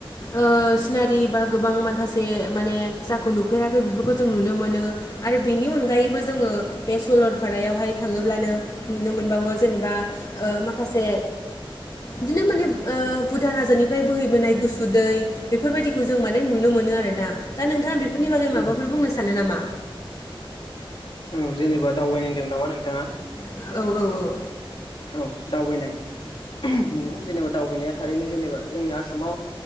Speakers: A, on the left (about 40°); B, on the left (about 60°).
A: ओ सिनारि बा गोबां माखासे माने जाखौ नुफेराखै बेफोरखौ जों नुनो मोनो। आरो बेनि अनगायैबो जोङो बे सलरफारायावहाय थाङोब्लानो नुनो मोनबावो जेनेबा ओ माखासे बिदिनो माने ओ भुटान हाजोनिफ्राय बोहैबोनाय गुसु दै बेफोरबायदिखौ जों माने नुनो मोनो आरोना दा नोंथाङा बेफोरनि बागै
B: उम
A: माबाफोर बुंनो सानो नामा?
B: औ जेनेबा दावबायनायदोंमोन नामा नोंथाङा?
A: औ औ औ
B: औ दावबायनाय <unintelligible> नंगौ जेनेबा दावबायनाया थारैनो जेनेबा जोंनि आसामाव